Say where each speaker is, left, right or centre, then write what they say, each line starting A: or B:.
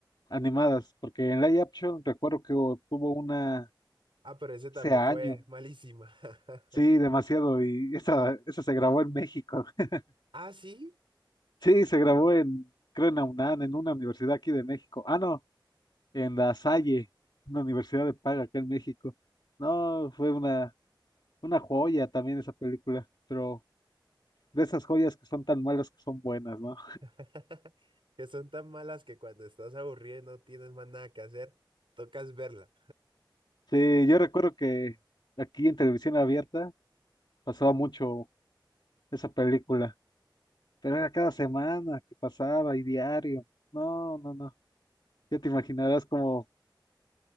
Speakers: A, on the left; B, on the right.
A: Animadas, porque en live action recuerdo que hubo- tuvo una
B: Ah, pero ese también
A: hace años.
B: fue malísima. <laughs>
A: Sí, demasiado, y esa, esa se grabó en México. <laughs>
B: Ah, sí.
A: Sí, se grabó en, creo en la UNAM, en una universidad aquí de México. Ah, no, en La Salle, una universidad de paga acá en México. No, fue una, una joya también esa película, pero de esas joyas que son tan malas que son buenas, ¿no?
B: <laughs> Que son tan malas que cuando estás aburrido y no tienes más nada que hacer, tocas verla.
A: Sí, yo recuerdo que aquí en televisión abierta pasaba mucho esa película, pero era cada semana que pasaba y diario. No, no, no. Ya te imaginarás como,